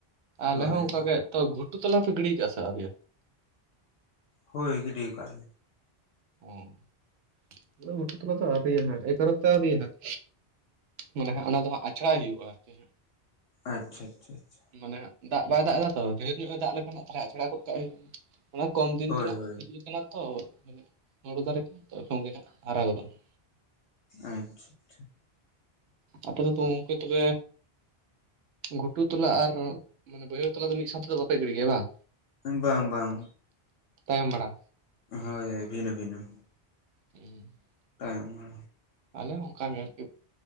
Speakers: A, on the right; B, on the left.
A: ᱟᱞᱮ
B: ᱦᱳᱭ
A: ᱦᱚᱸ ᱚᱝᱠᱟ ᱜᱮ, ᱛᱚ ᱜᱷᱩᱴᱩ ᱛᱞᱟᱮ ᱯᱮ ᱜᱤᱲᱤ ᱠᱟᱜᱼᱟ ᱥᱮ ᱟᱣᱨᱤᱭᱟ
B: ᱦᱳᱭ ᱜᱤᱰᱤᱣ ᱠᱟᱜ-ᱟ ᱞᱮ
A: ᱚ, <inaudible> ᱟᱫᱚ ᱜᱷᱩᱴᱩ ᱛᱚᱞᱟ ᱫᱚ ᱟᱹᱣᱨ <unintelligible> ᱨᱤᱭᱟ ᱦᱟᱸᱜ ᱮᱠᱟᱨᱚᱱᱛᱮ ᱟ. ᱣᱨᱤ ᱦᱟᱸᱜ, ᱢᱟᱱᱮ ᱦᱟᱸᱜ ᱚᱱᱟ ᱫᱚ ᱦᱟᱸᱜ ᱟᱪᱷᱲᱟᱭ ᱦᱩᱭᱩᱜ-ᱟ ᱟᱨᱠᱤ ᱦᱟᱸᱜ᱾
B: ᱟᱪᱪᱷᱟ ᱪᱷᱟ ᱪᱷᱟ ᱾
A: ᱢᱟᱱᱮ, ᱦᱟᱸᱜ ᱫᱟᱜ ᱵᱟᱭ ᱫᱟᱜ ᱮᱫᱟ ᱛᱚ, ᱰᱷᱮᱨ ᱧᱚᱜ-ᱮ ᱫᱟᱜ ᱞᱮᱠᱷᱟᱱ, ᱪᱷᱟᱲᱟ, ᱟᱪᱷᱲᱟ ᱜᱚᱫ ᱠᱟᱜ ᱦᱩᱭᱩᱜᱼᱟ ᱾ ᱚᱱᱟ ᱠᱚᱢ ᱫᱤᱱ
B: ᱦᱳᱭ
A: ᱛᱮᱱᱟᱜ
B: ᱦᱳᱭ
A: ᱠᱟᱱᱟ ᱛᱚ <unintelligible> ᱢᱟᱱᱮ ᱦᱳᱲᱳ ᱫᱟᱨᱮ ᱠᱚᱦᱚᱸ ᱛᱚ, ᱥᱚᱸᱜᱮ ᱦᱟᱸᱜ ᱦᱟᱨᱟ ᱜᱚᱫᱚᱜᱼᱟ ᱾
B: ᱟᱼᱪᱪᱷᱟ, ᱪᱷᱟ ᱾
A: ᱟᱯᱮ ᱫᱚ, <unintelligible> ᱛᱚ ᱜᱚᱝᱠᱮ ᱛᱚᱵᱮ ᱜᱷᱩᱴᱩ ᱛᱚᱞᱟ ᱟᱨ, ᱢᱟᱱᱮ ᱵᱟᱹᱭᱦᱟᱹᱲ ᱛᱚᱞᱟ ᱫᱚ ᱢᱤᱫ ᱥᱟᱶ ᱛᱮᱫᱚ, ᱵᱟᱯᱮ ᱜᱤᱲᱤ ᱜᱮᱭᱟ ᱵᱟᱝ?
B: ᱮᱧ, ᱵᱟᱝ ᱵᱟᱝ?
A: ᱛᱟᱭᱚᱢ ᱵᱟᱲᱟ
B: ᱦᱳᱭ, ᱦᱳᱭ, ᱵᱷᱤᱱᱟᱹ ᱵᱷᱤᱱᱟ. ᱾
A: <unintelligible> <unintelligible>
B: ᱛᱟᱭᱚᱢ ᱱᱟ᱾
A: ᱟᱞᱮ ᱦᱚᱸ ᱚᱝᱠᱟ ᱜᱮ ᱟᱨᱠᱤ᱾